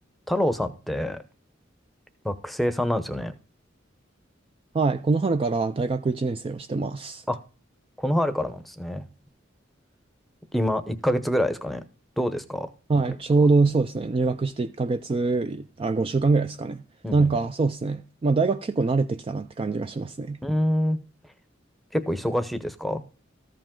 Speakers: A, in the centre; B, on the right.
A: 太郎さんって学生さんなんですよね。
B: はい、この春から大学1年生をしてます。
A: うんあ、この春からなんですね。今、1ヶ月ぐらいですかね。どうですか結構
B: はい、ちょうどそうですね、入学して1ヶ月、あ、5週間ぐらいですかね。
A: うん
B: なんかそうですね、まあ大学結構慣れてきたなって感じがしますね。
A: うん。うーん、結構忙しいですか